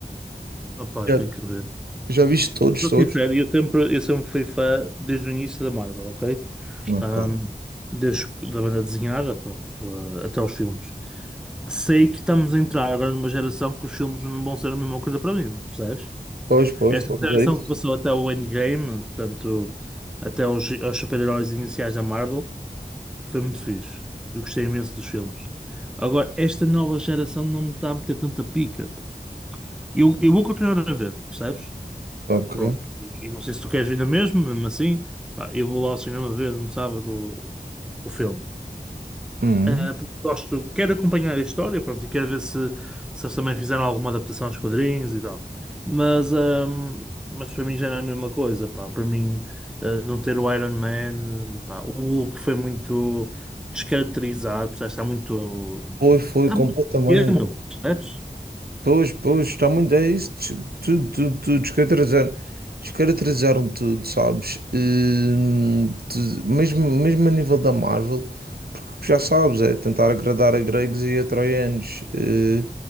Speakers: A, in the centre; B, on the right (about 70°).
A: Ah, pá,
B: Já,
A: tenho que ver.
B: já viste todos,
A: Sou
B: todos?
A: sincero, eu sempre, eu sempre fui fã desde o início da Marvel, ok?
B: Ok.
A: Ahm, desde da banda desenhada, pronto, ah, até aos filmes. Sei que estamos a entrar agora numa geração que os filmes não vão ser a mesma coisa para mim, percebes?
B: Pois, pois,
A: Esta
B: pois,
A: geração
B: é isso.
A: que passou até o Endgame, portanto, até aos, aos super-heróis iniciais da Marvel, foi muito fixe. Eu gostei imenso dos filmes. Agora, esta nova geração não me está a meter tanta pica. Eu, eu vou continuar a ver, percebes?
B: Ok.
A: Pá, pronto. E, e não sei se tu queres ver ainda mesmo, mesmo assim, pá, eu vou lá ao cinema ver no sábado o, o filme.
B: Uhum.
A: Ah, porque gosto, quero acompanhar a história, pronto, e quero ver se, se eles também fizeram alguma adaptação aos quadrinhos e tal. Mas, ahm, mas para mim já não é a mesma coisa, pá. Para mim, ah, não ter o Iron Man, pá, o Hulk foi muito descaracterizado, percebes? Está muito,
B: Foi, foi
A: está
B: completamente.
A: muito pequeno, percebes?
B: Pois, pois, está muito. É isso, des- tudo, tudo, tudo. Descaracterizaram, descaracterizaram tudo, sabes? Hum, tu- mesmo, mesmo a nível da Marvel, porque já sabes, é tentar agradar a gregos e a troianos. eh,